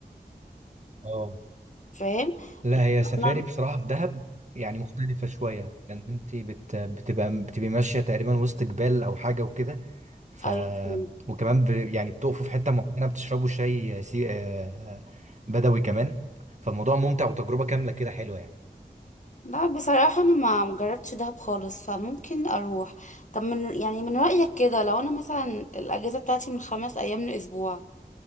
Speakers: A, on the right; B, on the left.
A: اه
B: فاهم
A: لا هي
B: انا
A: سفاري بصراحة في دهب يعني مختلفة شوية لأن أنت بت... بتبقى بتبقي ماشية تقريبا وسط جبال أو حاجة وكده ف
B: ايوه فهمت
A: وكمان ب... يعني بتقفوا في حتة معينة بتشربوا شاي سي... آه، بدوي كمان فالموضوع ممتع وتجربة كاملة كده حلوة يعني
B: لا بصراحة انا ما مجربتش دهب خالص فممكن اروح طب من يعني من رأيك كده لو انا مثلا الاجازة بتاعتي من خمس ايام لاسبوع